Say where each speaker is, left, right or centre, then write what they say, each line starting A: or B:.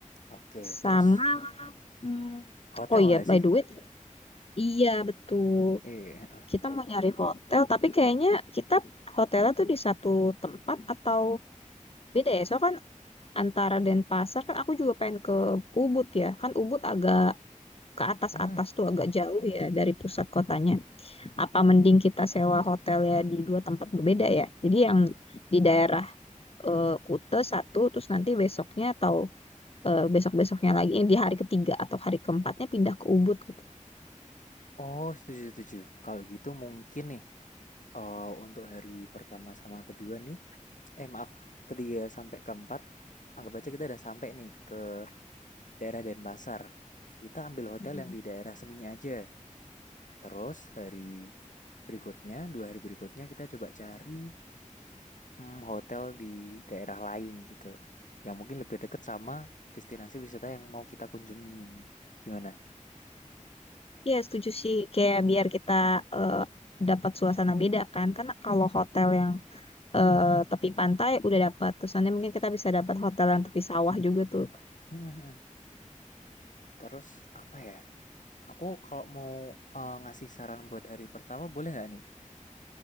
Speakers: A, on the left; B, on the left.
A: Oke, terus
B: Sama hmm,
A: hotel
B: oh iya
A: nggak
B: by
A: sih?
B: the way, iya betul.
A: Iya.
B: Kita mau nyari hotel, tapi kayaknya kita hotelnya tuh di satu tempat atau beda ya? Soalnya kan antara Denpasar kan aku juga pengen ke Ubud ya. Kan Ubud agak ke atas-atas
A: Hmm.
B: tuh agak jauh ya dari pusat kotanya. apa mending kita sewa hotel ya di dua tempat berbeda ya? Jadi yang di daerah eh, Kute satu, terus nanti besoknya atau eh, besok-besoknya lagi eh, di hari ketiga atau hari keempatnya pindah ke Ubud gitu.
A: Oh, setuju, setuju. Kalau gitu mungkin nih, eh, untuk hari pertama sama kedua nih, eh maaf, ketiga sampai keempat, anggap aja kita udah sampai nih ke daerah Denpasar. Kita ambil hotel
B: mm
A: yang di daerah Seminya aja. Terus hari berikutnya, dua hari berikutnya kita coba cari mm, hotel di daerah lain gitu. Yang mungkin lebih dekat sama destinasi wisata yang mau kita kunjungin. Gimana?
B: Iya setuju sih, kayak biar kita eh, dapat suasana beda kan, karena kalau hotel yang eh, tepi pantai udah dapat, terus nanti mungkin kita bisa dapat hotel yang tepi sawah juga tuh.
A: Hmm, Terus apa ya? Aku kalau mau eh, ngasih saran buat hari pertama boleh nggak nih?